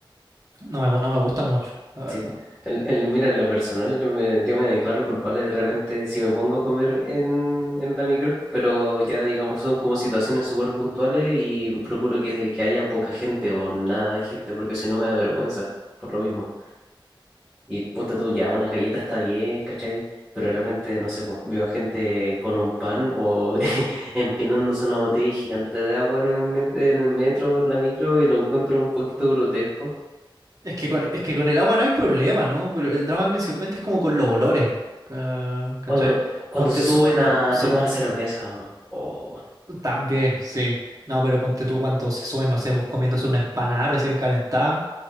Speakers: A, on the right; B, in the centre.
A: no me, no me gusta mucho, la verdad.
B: sí. El, el- mira, en lo personal, yo me, yo me declaro culpable de repente si me pongo a comer en, en la micro, pero ya digamos son como situaciones súper puntuales y procuro que, que haya poca gente o nada de gente, porque si no me da vergüenza, por lo mismo. Y ponte tú, ya unas galletas está bien, ¿cachai? Pero de repente, no sé, pues, veo a gente con un pan o <laughs> empinándose una botella gigante de agua en el, met- en el metro, en la micro, y lo encuentro un poquito grotesco.
A: Es que con, es que con el agua no hay problema, ¿no? Pero el drama principalmente es como con los olores, ca- ¿cachai?
B: Cuando, cuando
A: Ponte
B: se
A: tú,
B: suben
A: no,
B: a
A: sí,
B: tomar cerveza. o-
A: también, sí. No, pero ponte tú cuando se suben, no sé, vos comiéndose una empanada recién calentada.